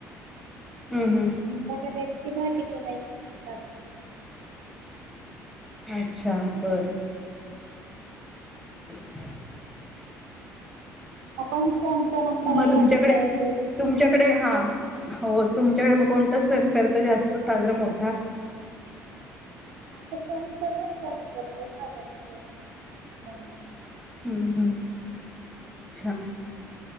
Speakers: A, in the centre; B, on the right.
A: हम्म हम्म
B: आणि बटाट्याची भाजी करायची रात्री.
A: अच्छा बरं. <inaudible>
B: <inaudible> आपण सण परंपरा
A: मग
B: या
A: तुमच्याकडे
B: विषयावर बोलू.
A: तुमच्याकडे हा हो तुमच्याकडे मग कोणता सण करत जास्त साजरा मोठा.
B: तसं आम्ही सर्व सॉल करतो महाराष्ट्रीय असल्यामुळे.
A: हम्म हम्म अच्छा.